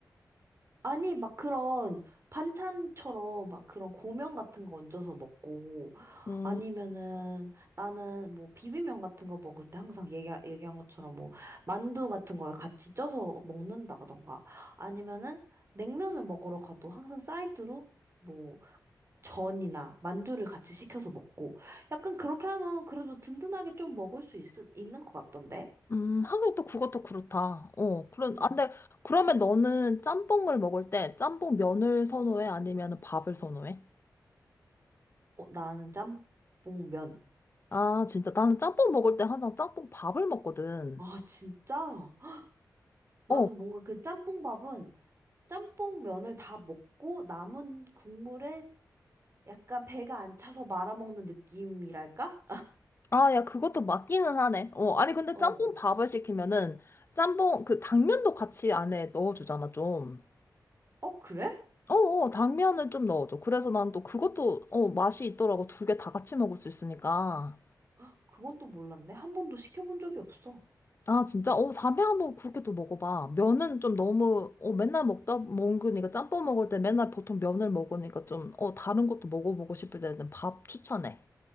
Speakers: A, on the right (about 40°); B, on the left (about 35°).
A: 아니, 막 그런 반찬처럼 막 그런 고명 같은 거 얹어서 먹고
B: 음,
A: 아니면은 나는 뭐 비빔면 같은 거 먹을 때 항상 얘기, 얘기한 것처럼 뭐 만두 같은 걸 같이 쪄서 먹는다던가 아니면은 냉면을 먹으러 가도 항상 사이드로 뭐 전이나 만두를 같이 시켜서 먹고 약간 그렇게 하면 그래도 든든하게 좀 먹을 수 있, 있는 것 같던데?
B: 음, 하긴 또 그것도 그렇다. 어, 그런,
A: 음.
B: 아, 근데 그러면 너는 짬뽕을 먹을 때 짬뽕 면을 선호해? 아니면 밥을 선호해?
A: 어, 나는 짬뽕면.
B: 아, 진짜. 나는 짬뽕 먹을 때 항상 짬뽕 밥을 먹거든.
A: 아, 진짜? 헉, 나는
B: 어.
A: 뭔가 그 짬뽕밥은 짬뽕면을 다 먹고 남은 국물에 약간 배가 안 차서 말아먹는 느낌이랄까?
B: 아, 야, 그것도 맞기는 하네. 어, 아니, 근데
A: 어.
B: 짬뽕 밥을 시키면은 짬뽕, 그 당면도 같이 안에 넣어주잖아, 좀.
A: 어, 그래?
B: 어, 어, 당면을 좀 넣어줘. 그래서 난 또 그것도, 어, 맛이 있더라고. 두 개 다 같이 먹을 수 있으니까.
A: 헉, 그건 또 몰랐네. 한 번도 시켜본 적이 없어.
B: 아, 진짜? 어, 다음에 한번 그렇게 또 먹어봐. 면은 좀 너무, 어, 맨날 먹다, 먹으니까 짬뽕 먹을 때 맨날 보통 면을 먹으니까 좀, 어, 다른 것도 먹어보고 싶을 때는 밥 추천해.